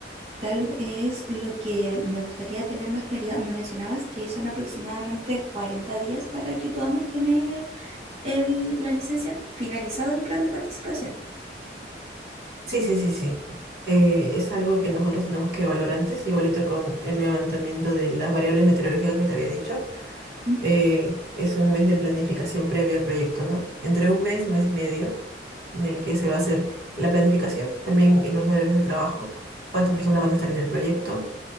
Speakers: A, on the right; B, on the right.
A: Tal vez lo que me gustaría tener más claridad, me mencionabas que son aproximadamente 40 días para que podamos tener el- la licencia finalizado el plan de participación.
B: Sí, sí, sí, sí. Eh, es algo que nosotros tenemos que evaluar antes, igualito con el levantamiento de las variables meteorológicas que te había dicho.
A: Ujú,
B: Eh, es un mes de planificación previo al proyecto, ¿no? Entre un mes y un mes y medio en el que se va a hacer la planificación, también en los horarios de trabajo, cuántas personas van a estar en el proyecto,